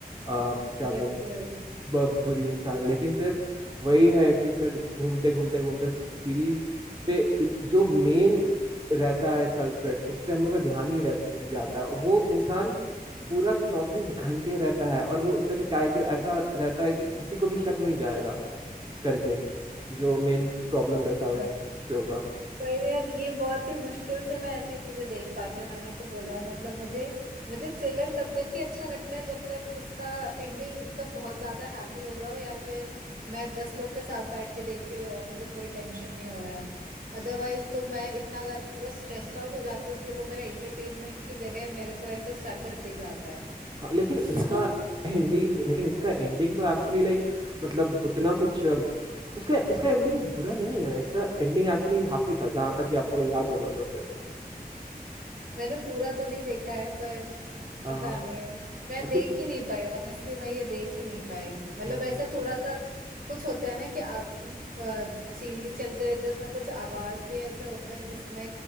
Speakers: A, on the right (about 30°); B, on the right (about 60°).
A: आ, क्या बोल
B: बिल्कुल
A: ब- बुरी इंसान लेकिन फिर वही है कि फिर घूमते घूमते घूमते सीरीज पे जो मेन रहता है कल्प्रेट उस पे हम लोग का ध्यान ही रह जाता है और वो इंसान पूरा चौबीस घंटे रहता है और वो उसका जो कैरेक्टर ऐसा रहता है कि किसी को भी शक नहीं जाएगा करके जो मेन प्रॉब्लम रहता
B: और
A: है उस शो का
B: पर यार ये बहुत ही मुश्किल से मैं ऐसी चीजें देख पाती हूँ मैंने तो बोला मतलब मुझे मुझे थ्रिलर तब तक ही अच्छा लगता है जब तक उसका एंडिंग एकदम बहुत ज्यादा हैप्पी हो रहा हो या फिर मैं दस लोग के साथ बैठ के देख रही हूँ और मुझे कोई टेंशन नहीं हो रहा है अदरवाइज तो मैं इतना ज्यादा स्ट्रेस्ड आउट हो जाती हूँ कि वो मेरा एंटरटेनमेंट की जगह मेरे को ऐसे सरदर्द दे जाता है
A: हाँ लेकिन इसका
B: <laughs>
A: एंडिंग लेकिन इसका एंडिंग तो एक्चुअली लाइक मतलब उतना कुछ अ, उसका इसका एंडिंग बुरा नहीं है इसका एंडिंग एक्चुअली हैप्पी था जहां तक कि आपको अगर याद होगा तो फिर
B: मैंने पूरा तो नहीं देखा है पर
A: हाँ
B: पता नहीं मैं देख
A: कि
B: ही नहीं पाई ऑनेस्टली मैं ये देख ही नहीं पाई मतलब
A: हम्म,
B: ऐसा थोड़ा सा कुछ होता है ना कि आप सीरीज चलते रहते हैं उसमें कुछ आवाज भी ऐसे होता है जिसमें